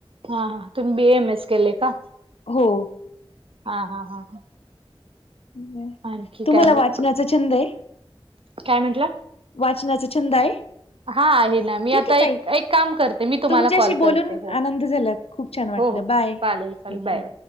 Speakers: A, on the right (about 70°); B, on the left (about 85°).
A: हा हा, तुम्ही बी ए एम एस केलंय का?
B: हो.
A: हा हा हा हा.
B: हम,
A: आणखी
B: तुम्हाला
A: काय मग
B: वाचनाचा छंद आहे?
A: काय म्हंटला?
B: वाचनाचा छंद आहे?
A: हा आहे ना मी
B: ठीक
A: आता
B: आहे ताई,
A: एक एक काम करते मी तुम्हाला
B: तुमच्याशी
A: कॉल करते
B: बोलून
A: हो
B: आनंद झाला. खूप छान वाटलं,
A: हो हो
B: बाय,
A: चालेल चालेल
B: ओके.
A: बाय बाय.